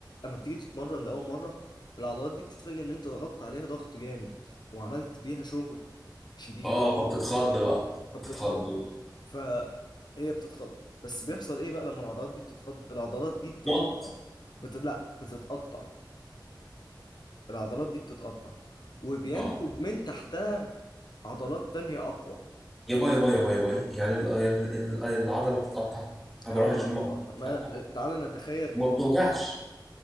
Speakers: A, on the left; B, in the centre.
A: أما بتيجي تتمرن لأول مرة العضلات دي بتتفاجئ إن أنت ضغطت عليها ضغط جامد وعملت بيها شغل شديد
B: اه فبتتخض بقى
A: فبتتخض
B: بتتخض
A: فهي بتتخض بس بيحصل ايه بقى لما العضلات دي بتتخض العضلات دي بتتقطع
B: نط
A: بت... لا بتتقطع العضلات دي بتتقطع وبينتج
B: اه
A: من تحتها عضلات تانية اقوى
B: يا باي يا باي يا باي يا باي يعني ال- ال- ال- العضلة بتتقطع انا
A: العضلة
B: بروح الجيم
A: بتتقطع
B: أه، بتتقطع
A: ما تعال نتخيل ان
B: ما بتوجعش